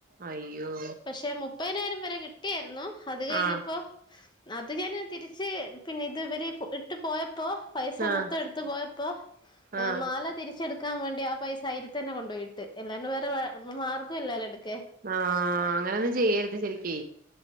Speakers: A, on the right (about 45°); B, on the left (about 25°).
A: അയ്യോ
B: പക്ഷെ മുപ്പയിനായിരം വരെ കിട്ടിയായിരുന്നു അത് കഴിഞ്ഞപ്പോ-
A: ആഹ്
B: അത് ഞാന് തിരിച്ച് പിന്നെ ഇത് ഇവര് ഇട്ട് പോയപ്പോ പൈസ
A: ആഹ്
B: മൊത്തം എടുത്തു പോയപ്പോ
A: ആഹ്
B: മാല തിരിച്ചെടുക്കാൻ വേണ്ടി ആ പൈസ അയിൽ തന്നെ കൊണ്ടുപോയി ട്ട് എല്ലാണ്ട് വേറെ മാർഗ്ഗവില്ലല്ലോ എടു
A: ആ അങ്ങനെയൊന്നും ചെയ്യരുത് ശരിക്ക്